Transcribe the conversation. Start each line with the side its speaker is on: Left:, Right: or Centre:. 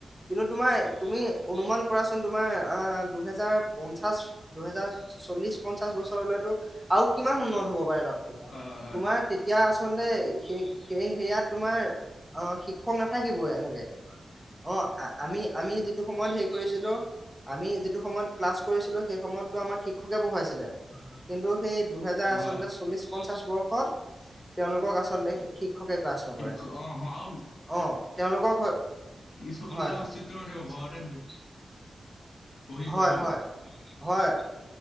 Centre: কিন্তু তোমাৰ তুমি অনুমান কৰা চোন। তোমাৰ অ' দুহেজাৰ পঞ্চাচ দুহেজাৰ চল্লিশ পঞ্চাশ বছৰলৈতো আৰু কিমান উন্নত হ'ব পাৰে। তোমাৰ
Left: হয়, হয়, হয়,
Centre: তেতিয়া আচলতে। <inaudible> সেই সেয়া তোমাৰ অ' শিক্ষা। নাথাকিবই এনেকে অ' আমি আমি যিটো সময়ত হেৰি কৰিছিলো আমি যিটো। যিটো সময়ত ক্লাচ। কৰিছিলো সেই সময়তো আমাক শিক্ষকে পঢ়ুৱাইছিলে। কিন্তু। সেই দুহেজাৰ আচলতে
Left: হয়, হয়।
Centre: চল্লিশ পঞ্চাশ বৰ্ষত তেওঁলোকক আচলতে। <inaudible>
Left: শঠিক
Centre: নকৰে।
Left: অহ আ
Centre: অ তেওঁলোকক
Left: স্কুল
Centre: হয়
Left: বোলা
Centre: হয়।
Left: অস্তিত্ব নাথাকিব ঘৰতে
Centre: উম
Left: বহি
Centre: হয়
Left: পঢ়িব
Centre: হয় হয়।